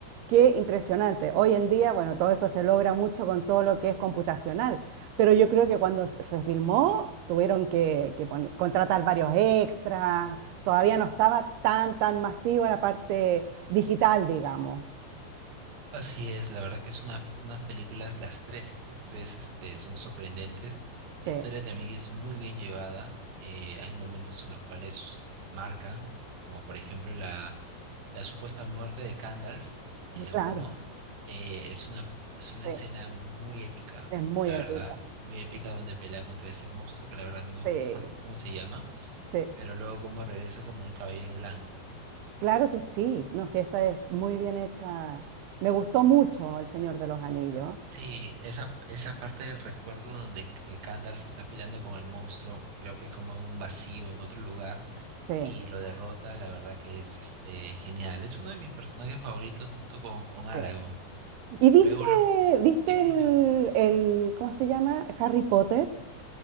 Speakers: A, on the right; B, on the right.
A: qué impresionante. Hoy en día, bueno, todo eso se logra mucho con todo lo que es computacional, pero yo creo que cuando se filmó tuvieron que, que pon- contratar varios extras, todavía no estaba tan, tan masiva la parte digital, digamos.
B: así es, la verdad que es una, unas películas, las tres, las tres este, son sorprendentes, la
A: Sí,
B: historia también es muy bien llevada, eh, hay momentos en los cuales marcan, como por ejemplo la, la supuesta muerte de Gandalf en la
A: claro,
B: uno, eh, es una, es una
A: sí,
B: escena muy épica,
A: es muy
B: la
A: épica.
B: verdad, muy épica donde pelea contra ese monstruo que la verdad no
A: Sí,
B: recuerdo cómo se llama
A: sí.
B: pero luego como regresa como un caballero blanco.
A: Claro que sí, no, sí, esa es muy bien hecha. Me gustó mucho El Señor de los Anillos.
B: Sí, esa, esa parte del recuerdo donde eh, Gandalf está peleando con el monstruo, creo que como en un vacío, en otro lugar,
A: Sí,
B: y lo derrota, la verdad que es este genial. Es uno de mis personajes favoritos junto con, con Aragorn.
A: sí. ¿Y viste,
B: Luego los...
A: viste
B: Dime,
A: el,
B: dime.
A: el, ¿cómo se llama? Harry Potter.